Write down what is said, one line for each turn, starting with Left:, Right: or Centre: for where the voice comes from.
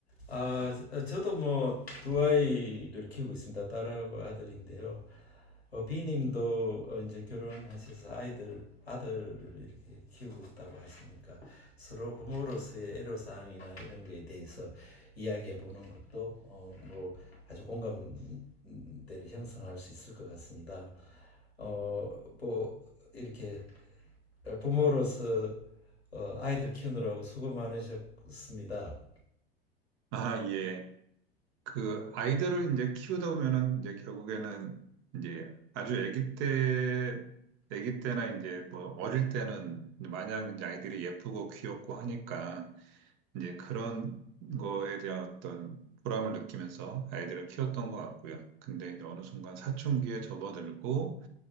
Left: 아, 저- 어, 저도 뭐 두 아이를 키우고 있습니다. 딸하고 아들인데요. 어, B님도 어, 이제 결혼하셔서 아이들, 아들을 이렇게 키우고 있다고 하시니까 서로 부모로서의 애로사항이나 이런 거에 대해서 이야기해 보는 것도 어, 뭐 아주 공감대를 형성할 수 있을 것 같습니다. 어, 뭐 이렇게 부모로서 어, 아이들 키우느라고 수고 많으셨습니다.
Right: 아, 예. 그 아이들을 이제 키우다 보면은 이제 결국에는 이제 아주 아기 때, 아기 때나 이제 뭐 어릴 때는 이제 마냥 이제 아이들이 예쁘고 귀엽고 하니까 이제 그런 거에 대한 어떤 보람을 느끼면서 아이들을 키웠던 것 같고요. 근데 이제 어느 순간 사춘기에 접어들고